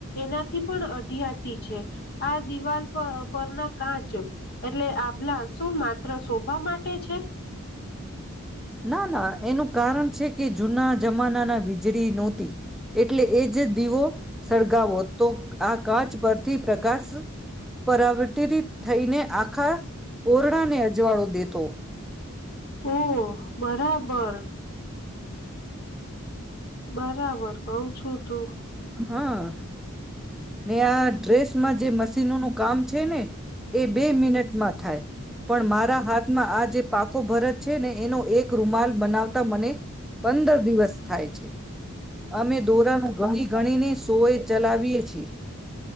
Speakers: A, on the left; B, in the centre.
A: એનાથી પણ અઢિયાતી છે આ દિવાલ પર પરના કાચ એટલે આભલા શું માત્ર શોભા માટે છે?
B: ના ના એનું કારણ છે કે જૂના જમાનાના વીજળી નહોતી. એટલે એ જ દીવો સળગાવો તો આ કાચ પરથી પ્રકાશ પરાવર્તિત થઈને આખા ઓરડાને અજવાળો દેતો.
A: ઓહ! બરાબર. બરાબર કઉ છું તું.
B: હા ને આ ડ્રેસમાં જે મશીનોનું કામ છે ને એ બે મિનટમાં થાય પણ મારા હાથમાં આ જે પાકો ભરત છે ને એનો એક રૂમાલ બનાવતા મને પંદર દિવસ થાય છે અમે દોરાના ઘણી ગણીને શો એ ચલાવીએ છીએ